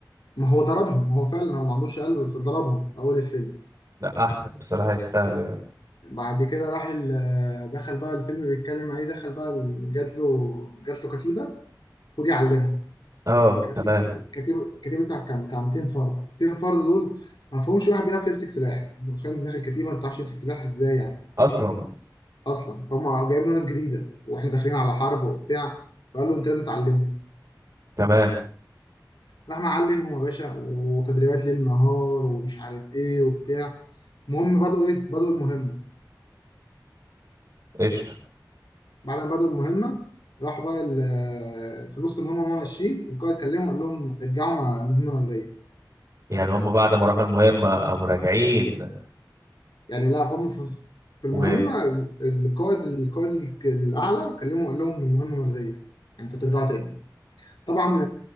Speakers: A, on the left (about 80°); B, on the right (about 45°).
A: ما هو ضربهم هو فعلا هو ما عندوش قلب فضربهم اول الفيلم
B: لا احسن بصراحة يستاهلوا يعني
A: بعد كده راح ال- دخل بقى الفيلم بيتكلم عليه دخل بقى ال- جات له جات له كتيبه خد يعلمها
B: اه
A: كتيب
B: تمام
A: كتيب كتيبه بتاع كام بتاع 200 فرد 200 فرد دول ما فيهمش واحد بيعرف يمسك سلاح انت متخيل داخل كتيبه ما بتعرفش تمسك سلاح ازاي يعني
B: اصلا
A: اصلا فهم جايبين له ناس جديده واحنا داخلين على حرب وبتاع فقال له انت لازم تعلمه
B: تمام
A: راح معلمهم يا باشا وتدريبات ليل نهار ومش عارف ايه وبتاع المهم بدأوا ايه بدأوا المهمه
B: قشطة
A: بعد ما بدأوا المهمة راحوا بقى ال- في نص المهمة وهم ماشيين القائد كلمهم قال لهم ارجعوا مع مهمة منرية
B: يعني هما بعد ما راحوا المهمة قاموا راجعين
A: يعني لا فهم في في المهمة
B: وتمام
A: القائد القائد الك- الأعلى كلمهم قال لهم المهمة ملغية يعني انتوا ترجعوا تاني طبعا